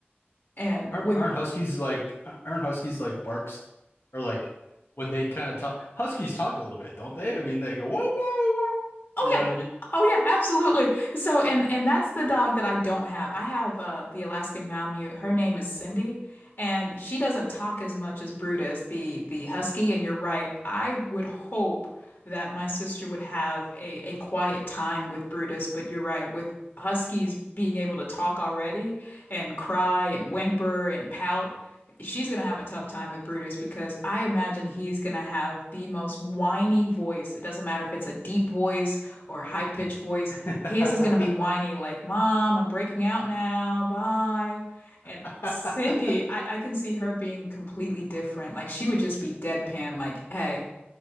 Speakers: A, on the left; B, on the left.
A: And
B: Aren't
A: with
B: aren't huskies like aren't huskies like barks or like when they kind of talk huskies talk a little bit, don't they? I mean they go whoa whoa whoa.
A: Oh
B: You
A: yeah.
B: know
A: Oh yeah, absolutely. So and and that's the dog that I don't have. I have uh the Alaskan Malamute. Her name is Cindy, and she doesn't talk as much as Brutus, the the husky, and you're right. I would hope that my sister would have a a quiet time with Brutus, but you're right, with huskies being able to talk already and cry and whimper and pout, she's gonna have a tough time with Brutus because I imagine he's gonna have the most whiny voice. It doesn't matter if it's a deep voice or high pitched voice.
B: what I
A: His is going to be whiny, like, Mom, I'm breaking out now. Bye. And
B: mean?
A: Cindy,
B: <laughs>
A: I, I can see her being completely different. Like, she would just be deadpan, like, Hey,